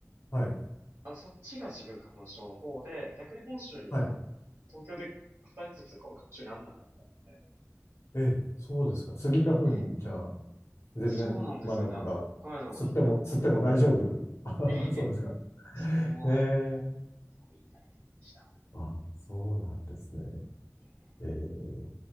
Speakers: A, on the left (about 60°); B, on the right (about 65°).
A: はい。
B: あの、そっちが自分花粉症の方で、逆に本州に行くと、
A: はい。
B: 東京で働いた時とかは花粉症にならなかったんで、
A: え、そうですか。スギ花粉、
B: ええ、
A: じゃあ、全然、
B: そうなんですよね。
A: まだまだ、
B: なんか北海道の人は。
A: 吸っても、吸っても大丈夫。<laughs>
B: ええ、
A: あそうですか。
B: そこは
A: ええ、
B: 結構いい体験でした。
A: あ、そうなんですね。
B: ええ
A: ええ。